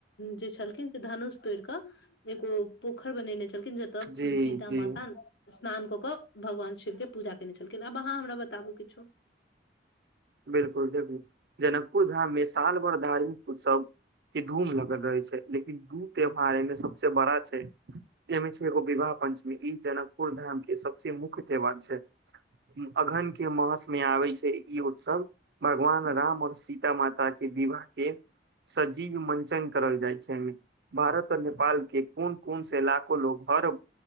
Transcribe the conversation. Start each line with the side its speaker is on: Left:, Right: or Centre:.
Left: जे छलखिन से धनुष तोड़ि कऽ एगो पोखर बनेने छलखिन जतऽ
Right: जी
Left: सीता
Right: जी
Left: माता तहन स्नान कऽ कऽ भगवान शिवके पूजा केने छलखिन आब अहाँ हमरा बताबू किछो
Right: देखू देखू जनकपुर धाममे साल भर धार्मिक उत्सव कि धूम लगल रहे छै लेकिन दू त्योहार एहिमे सबसे बड़ा छै एहिमे छै एगो विवाह पंचमी ई जनकपुर धामके सब मुख्य त्यौहार छै अगहनके मासमे आबै छै ई उत्सव भगवान राम आओर सीता माताके विवाहके सजीव मंचन करल जाइ छैमे भारत आर नेपाल के कोन कोन से इला लोग हर